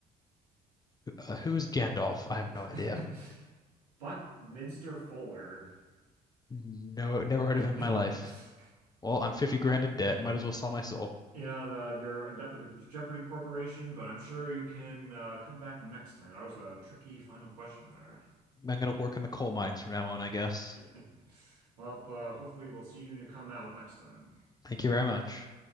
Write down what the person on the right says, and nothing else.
<laughs>
Buckminster Fuller.
<laughs>
Yeah, the, you're in debt to the Jeopardy Corporation, but I'm sure you can uh, come back next time. That was a tricky final question there.
<laughs> Well, uh, hopefully we'll see you when you come out next time.